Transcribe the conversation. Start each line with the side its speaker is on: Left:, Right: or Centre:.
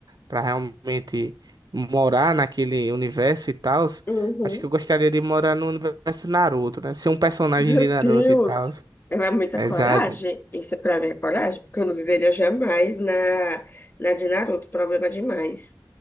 Right: pra realmente morar naquele universo e tal,
Left: Uhum.
Right: acho que eu gostaria de morar no universo Naruto, né? Ser um personagem
Left: Meu
Right: de
Left: Deus!
Right: Naruto e tal.
Left: É muita
Right: Exato.
Left: coragem. Isso é pra mim é coragem, porque eu não viveria jamais na, na de Naruto. Problema demais.